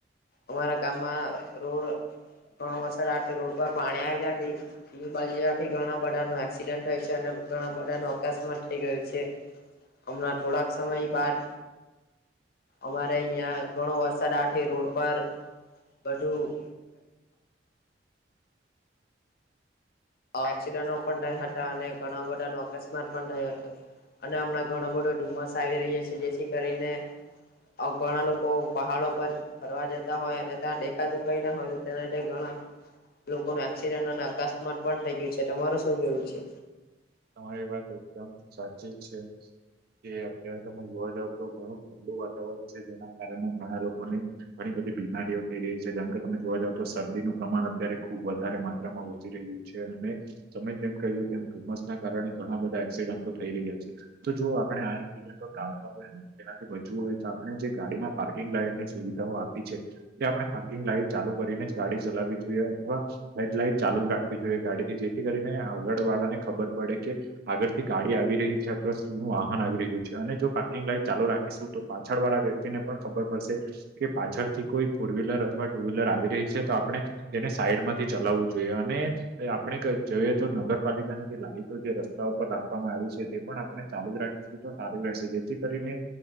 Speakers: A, on the left; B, on the right.
A: અમારા ગામમાં રોડ ઘણો વરસાદ આવાથી રોડ પર પાણી આવી જવાથી બાજુથી ઘણા બધા નો એક્સિડન્ટ થયું છે અને ઘણા બધા નું અકસ્માત થઇ ગયું છે. હમણાં થોડાક સમય બાદ અમારે અહિયાં ઘણો વરસાદ આવાથી રોડ પર બધું એક્સિડન્ટો પણ થયા હતા અને ઘણા બધા નો અકસ્માત પણ થયો હતો. અને હમણાં ઘણો બધો ધુમ્મસ આવી રહ્યો છે જેથી કરીને અ ઘણા લોકો પહાડ ઉપર ફરવા જતા હોય અને ત્યાં દેખાતું કઈ ના હોય તેને ઘણા લોકોનું એક્સિડેન્ટ અને અકાસ્માત પણ થઈ ગયું છે તમારે શું કેવું છે?
B: તમારી વાત એકદમ સાચી છે. કે અત્યારે તમે જોવા જાવ તો ઘણું ઠંડું વાતાવરણ છે જેના કારણે ઘણા લોકોને ઘણી બધી બીમારીઓ થઈ રહી છે જેમ કે તમે જોવા જાવ તો શરદીનું પ્રમાણ અત્યારે ખુબ વધારે માત્રામાં વધી રહ્યું છે અને તમે જેમ કહ્યું તેમ ધુમ્મસ કારણે ઘણા બધા એક્સિડન્ટો થઈ રહ્યા છે તો જો આપણે આ એક્સિડન્ટો ટાળવા હોય તેનાથી બચવું હોય તો આપણે જે ગાડીમાં પાર્કિંગ લાઈટ ની સુવિધાઓ આપી છે જે આપણે પાર્કિંગ લાઈટ ચાલુ કરીને જ ગાડી ચલાવવી જોઈએ અથવા હેડલાઈટ ચાલુ જ રાખવી જોઈએ ગાડીથી જેથી કરીને આગળ વાળા ને ખબર પડે કે આગળ થી ગાડી આવી રહી છે અથવા શું વાહન આવી રહ્યું છે અને જો પાર્કિંગ લાઈટ ચાલુ રાખી શું તો પાછળ વાળા વ્યક્તિને પણ ખબર પડશે. કે પાછળથી કોઈ ફોર વ્હીલર અથવા ટુ વ્હીલર આવી રહી છે તો આપણે તેને સાઈડ માંથી ચલાવવું જોઈએ અને આપણે જોઈએ તો નગરપાલિકાની જે લાઈટ જે રસ્તા ઉપર રાખવામાં આવી છે તે પણ આપણે ચાલુ જ રાખીશું તો સારું રહેશે જેથી કરીને